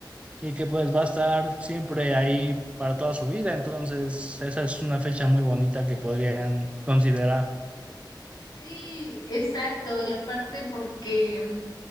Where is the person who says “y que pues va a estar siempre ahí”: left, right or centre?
Right